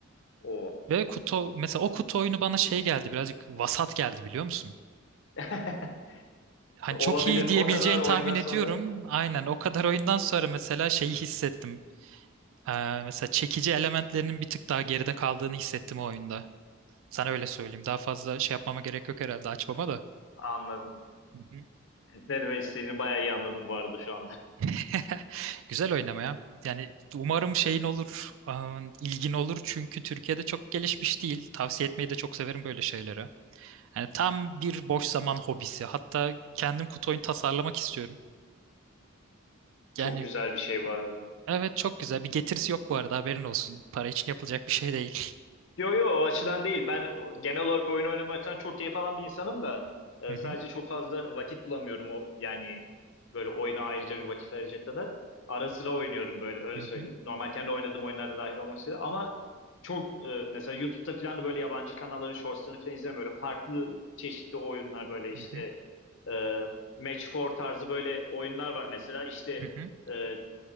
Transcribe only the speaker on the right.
Ve kutu mesela o kutu oyunu bana şey geldi birazcık vasat geldi biliyor musun?
Hani
çok iyi diyebileceğini
tahmin ediyorum.
Aynen o kadar oyundan sonra mesela şeyi hissettim. Ee, mesela çekici elementlerinin bir tık daha geride kaldığını hissettim o oyunda. Sana öyle söyleyeyim. Daha fazla şey yapmama gerek yok herhalde açmama da.
Hı hı.
<laughs> Güzel oynamaya. Yani umarım şeyin olur, aa, ilgin olur çünkü Türkiye'de çok gelişmiş değil. Tavsiye etmeyi de çok severim böyle şeyleri. Yani tam bir boş zaman hobisi. Hatta kendim kutu oyun tasarlamak istiyorum.
Yani
Evet çok güzel. Bir getirisi yok bu arada haberin olsun. Para için yapılacak bir şey değil.
Hı hı,
hı hı,
hı hı,
hı hı.